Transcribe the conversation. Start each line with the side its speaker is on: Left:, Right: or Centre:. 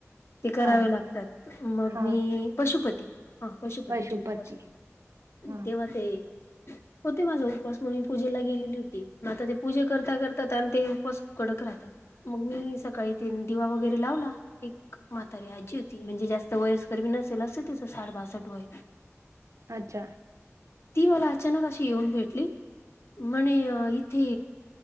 Left: ते करावे
Right: हा
Left: लागतात मग
Right: हा
Left: मी पशुपती हा पशुपतीचे
Right: पशुपती
Left: उपवास होते
Right: हा
Left: तेव्हा ते होते माझा उपवास म्हणून मी पूजेला गेलेली होती मग आता ते पूजे करता करतात आणि ते उपवास कडक राहतात मग मी सकाळी तीन दिवा वगैरे लावला एक म्हातारी आजी होती म्हणजे जास्त वयस कर्मी नसेल असं तिचं साड बासष्ट वय
Right: अच्छा
Left: ती मला अचानक अशी येऊन भेटली म्हणे इथे